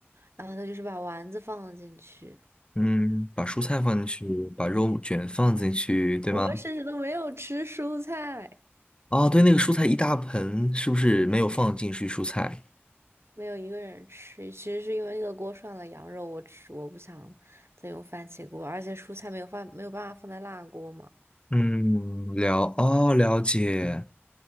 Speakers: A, on the right; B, on the left.
A: 然后他就是把丸子放了进去，
B: 嗯，把蔬菜放进去，把肉卷放进去，对吗？
A: 我们甚至都没有吃蔬菜。
B: 哦，对，那个蔬菜一大盆，是不是没有放进去蔬菜？
A: 没有一个人吃，其实是因为那个锅涮了羊肉，我吃我不想再用番茄锅，而且蔬菜没有放没有办法放在辣锅嘛。
B: 嗯，了，哦，了解。